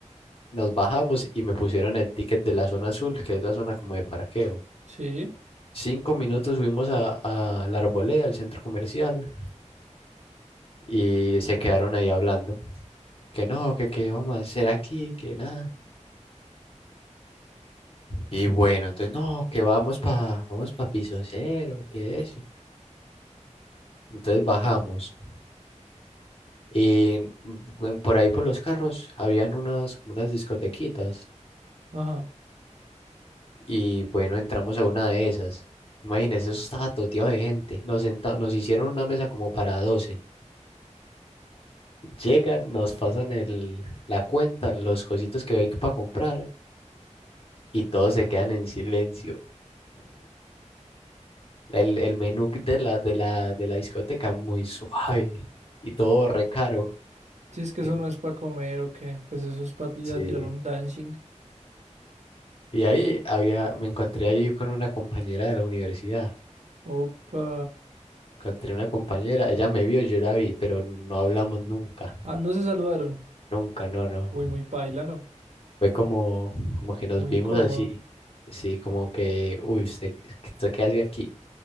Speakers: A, on the left; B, on the right.
A: Nos bajamos y me pusieron el ticket de la zona azul, que es la zona como de parqueo.
B: Sí.
A: Cinco minutos subimos a, a la Arboleda, al centro comercial, y se quedaron ahí hablando. Que no, que qué vamos a hacer aquí, que nada. Y bueno, entonces no, que vamos para vamos pa piso cero, que eso. Entonces bajamos. Y mm, por ahí por los carros habían unas, como unas discotequitas.
B: Ajá.
A: Y bueno, entramos a una de esas. Imagínense, eso estaba toteado de gente. Nos senta- nos hicieron una mesa como para doce Llegan, nos pasan el, la cuenta, los cositos que hay para comprar y todos se quedan en silencio. El, el menú de la, de la, de la discoteca muy suave y todo re caro.
B: Si es que
A: Eh,
B: eso no es para comer o qué, pues eso es para ya
A: Sí.
B: tirar un dancing.
A: Y ahí había, me encontré ahí con una compañera de la universidad.
B: Opa.
A: Encontré una compañera, ella me vio, yo la vi, pero no hablamos nunca.
B: Ah, no se saludaron.
A: Nunca, no, no.
B: Uy, muy paila, ¿no?
A: Fue como, como que nos
B: Muy
A: vimos
B: incómodo.
A: así, sí, como que, uy, usted, ¿usted qué hace aquí?